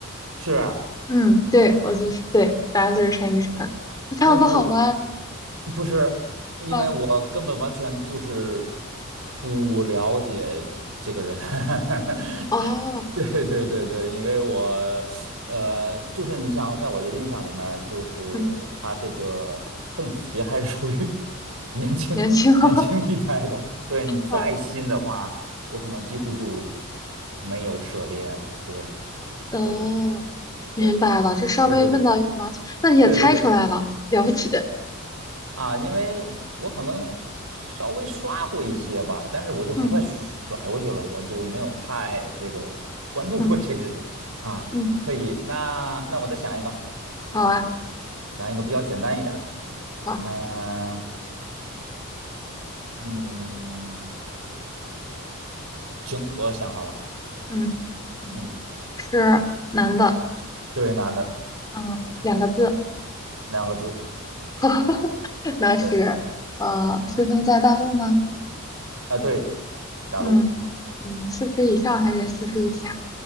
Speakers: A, on the right; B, on the left.
A: 是吧？
B: 嗯，对我就是对，答案就是单依纯，<laughs> 你唱的不好吗？
A: 那他我不是，因为我根本完全就是
B: 嗯
A: 不了解这个人。<laughs>
B: 哦，
A: 对对对对，因为我呃，就是你想，在我的印象里面儿就是他这个邓紫棋还是属于
B: 嗯，
A: <laughs> 年轻年轻一代的。
B: 年轻。<laughs>
A: 对你再新的话，
B: 哦
A: 我可能几乎就
B: 哦
A: 没有涉猎了。对
B: 哦，
A: 对
B: 明白了，
A: 对，可能对对对
B: 这稍微问到羽毛球，那你也猜出来了，
A: 对对对。
B: 了不起。
A: 啊，因为我可能稍微刷过一些吧，但是我就很快甩过去了，
B: 嗯
A: 我就没有太这个关注过这个人啊。
B: 嗯嗯，
A: 可以，那那我再想一个，
B: 好啊，
A: 想一个比较简单一点儿的。
B: 好，
A: 嗯嗯，行，我想好了。
B: 嗯嗯，
A: 嗯，
B: 是男的，
A: 对，男的，
B: 嗯，两个字，
A: 两个字。
B: <laughs> 那是呃，
A: 对
B: 出生在大陆吗？
A: 啊，对，大陆，
B: 嗯嗯，四十以上还是四十以下？